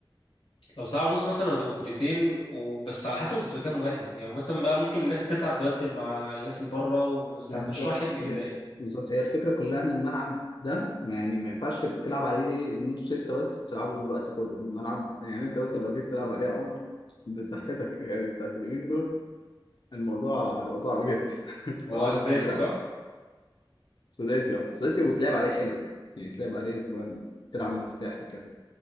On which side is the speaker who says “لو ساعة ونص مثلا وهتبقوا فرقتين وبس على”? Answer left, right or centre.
Left